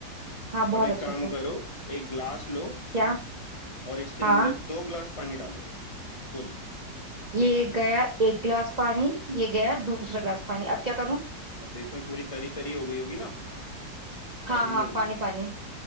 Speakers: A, on the right (about 25°); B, on the left (about 20°).
A: हाँ बहुत
B: अब एक
A: अच्छे
B: काम
A: से
B: करो एक ग्लास लो
A: क्या
B: और इसके अंदर
A: हाँ
B: दो ग्लास पानी डालो फुल
A: ये गया एक गिलास पानी ये गया दूसरा गिलास पानी अब क्या करूं
B: अब देखो ये पूरी तरी तरी हो गई होगी ना गाढ़ी
A: हाँ हाँ
B: नहीं होगी
A: पानी पानी